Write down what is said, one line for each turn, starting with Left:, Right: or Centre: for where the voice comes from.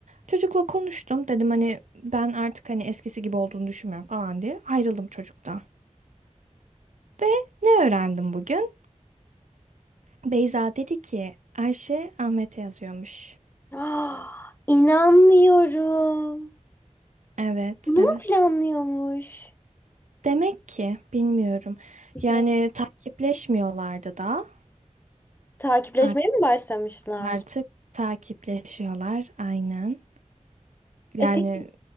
Right: Çocukla konuştum. Dedim hani ben artık hani eskisi gibi olduğunu düşünmüyorum falan diye. Ayrıldım çocuktan. Ve ne öğrendim bugün? Beyza dedi ki Ayşe Ahmet'e yazıyormuş.
Left: Ah, inanmıyorum.
Right: Evet,
Left: Bunu
Right: evet.
Left: mu planlıyormuş?
Right: Demek ki bilmiyorum.
Left: Bir şey
Right: Yani takipleşmiyorlardı da.
Left: takipleşmeye
Right: Art-
Left: mi başlamışlar?
Right: Artık takipleşiyorlar aynen. Yani
Left: E peki